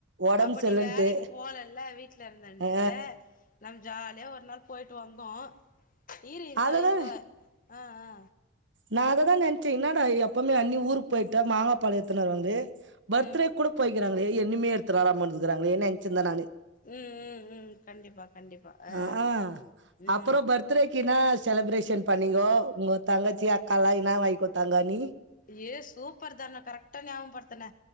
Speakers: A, on the right (about 65°); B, on the left (about 45°).
A: ஒடம்பு
B: அப்ப
A: சரியில்லன்ட்டு
B: நீ வேலைக்கு போலல வீட்ல இருந்தன்ட்டு
A: ஆ
B: நம் ஜாலியா ஒரு நாள் போயிட்டு வந்தோ இரி இந்தா
A: அததா
B: இந்த ஆ அ
A: நா அததா நென்ச்சே இன்னாடா எப்பவ்மே அண்ணி ஊருக்கு போயிட்டா மாங்காப்பலோ எத்துன் வர்வாங்ளே பர்த்ரேக்
B: ம்
A: கூட போய்கிறாங்களே ஒன்னுமே எடுத்து வராம இருந்துக்றாங்களேயே நென்ச்சிருந்த நானு
B: ம் ம் ம் கண்டிப்பா கண்டிப்பா ஆ
A: அ அ
B: ம்
A: அப்றோ பர்த்ரேக்கின்னா செலிப்ரேஷன் பண்ணிங்கோ உங்க தங்கச் ச்சி அக்காலா என்னா வாய்ங்குத்தாங்க அண்ணி
B: ஏ சூப்பர் தன கரக்டா ஞாமப்பர்த்துன